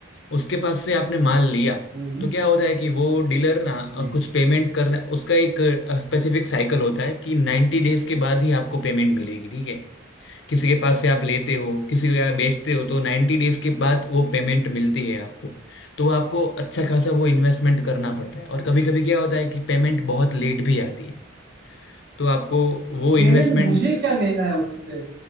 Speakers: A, on the left; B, on the right.
A: उसके पास से आपने माल लिया
B: हम्म
A: तो क्या होता है कि वो डीलर ना अ,
B: हम्म
A: कुछ पेमेंट करना उसका एक स्पेसिफिक साइकिल होता है कि नाइन्टी डेज के बाद ही आपको पेमेंट मिलेगी ठीक है किसी के पास से आप लेते हो किसी को आप बेचते हो तो 90 डेज के बाद वो पेमेंट मिलती है आपको तो आपको अच्छा खासा वो इन्वेस्टमेंट करना पड़ता है और कभी कभी क्या होता है कि पेमेंट बहुत लेट भी आती है तो आपको वो
B: पेमेंट
A: इन्वेस्टमेंट
B: मुझे क्या लेना है उससे